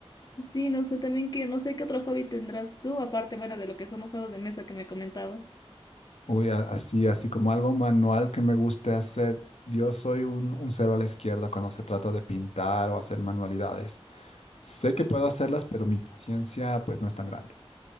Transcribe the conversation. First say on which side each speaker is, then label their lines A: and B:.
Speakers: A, on the left; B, on the left.
A: Sí, no sé también que, no sé qué otro hobby tendrás tú, aparte, bueno, de lo que son los juegos de mesa que me comentaba.
B: Uy, a- así, así como algo manual que me guste hacer, yo soy un, un cero a la izquierda cuando se trata de pintar o hacer manualidades. Sé que puedo hacerlas, pero mi paciencia pues no es tan grande.